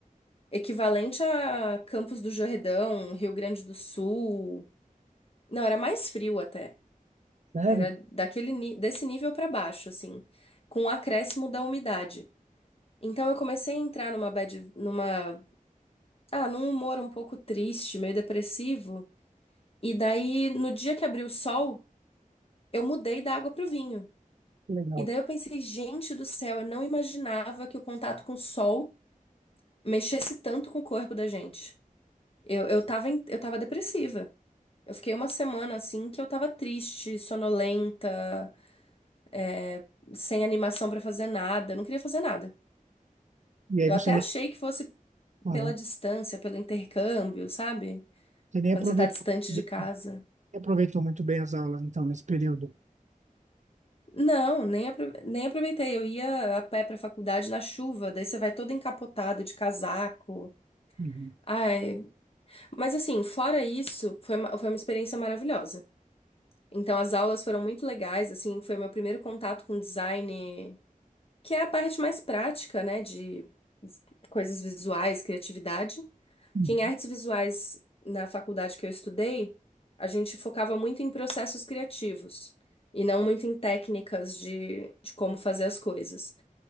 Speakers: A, on the left (about 40°); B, on the right (about 55°).
A: equivalente a Campos do Jordão, Rio Grande do Sul. Não, era mais frio até.
B: sério?
A: Era daquele, ni- desse nível para baixo, assim, com o acréscimo da umidade. Então eu comecei a entrar numa bad, numa, ah, num humor um pouco triste, meio depressivo. E daí, no dia que abriu o sol, eu mudei da água pro vinho.
B: Que legal.
A: E daí eu pensei, gente do céu, eu não imaginava que o contato com o sol mexesse tanto com o corpo da gente. Eu, eu tava, em- eu tava depressiva. Eu fiquei uma semana assim que eu tava triste, sonolenta, é, sem animação pra fazer nada, eu não queria fazer nada.
B: E aí
A: Eu
B: você
A: até
B: nem,
A: achei que fosse
B: ah,
A: pela distância, pelo intercâmbio, sabe?
B: você nem
A: Quando
B: aproveitou,
A: você tá distante
B: nem
A: de casa.
B: aproveitou muito bem as aulas, então, nesse período.
A: Não, nem, apro- nem aproveitei. Eu ia a pé pra faculdade na chuva, daí você vai todo encapotado de casaco.
B: Uhum.
A: Ai, mas assim, fora isso, foi uma, foi uma experiência maravilhosa. Então, as aulas foram muito legais, assim, foi meu primeiro contato com design que é a parte mais prática, né, de coisas visuais, criatividade.
B: Uhum.
A: Que em artes visuais, na faculdade que eu estudei, a gente focava muito em processos criativos e não muito em técnicas de, de como fazer as coisas.